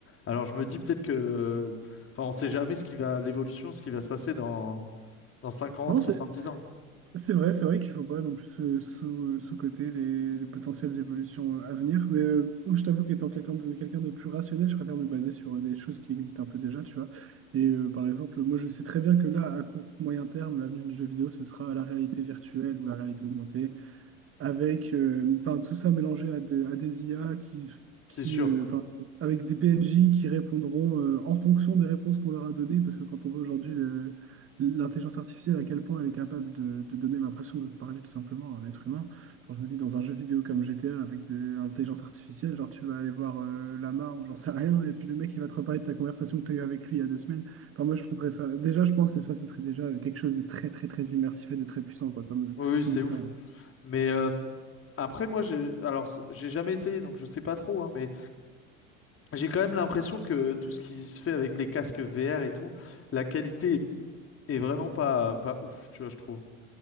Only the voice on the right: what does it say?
Non,
c'est
C'est vrai, c'est vrai qu'il faut pas non plus euh, sous, euh, sous-coter les, les potentielles évolutions euh, à venir. Mais euh, je t'avoue qu'étant quelqu'un de, quelqu'un de plus rationnel, je préfère me baser sur euh, des choses qui existent un peu déjà, tu vois. Et euh, par exemple, moi, je sais très bien que là, à court, moyen terme, l'avenir du jeu vidéo, ce sera la réalité virtuelle ou la réalité augmentée avec euh, enfin, tout ça mélangé à, de- à des IA qui,
qui,
euh, enfin, avec des PNJ qui répondront euh, en fonction des réponses qu'on leur a données, parce que quand on voit aujourd'hui le- l'intelligence artificielle, à quel point elle est capable de, de donner l'impression de parler tout simplement à un être humain, genre, je me dis dans un jeu vidéo comme GTA avec de l'intelligence artificielle, genre tu vas aller voir euh, Lama ou j'en sais rien, et puis le mec il va te reparler de ta conversation que tu as eue avec lui il y a deux semaines. Enfin, moi je trouverais ça, déjà je pense que ça ce serait déjà quelque chose de très très très immersif et de très puissant quoi, comme,
comme
expérience.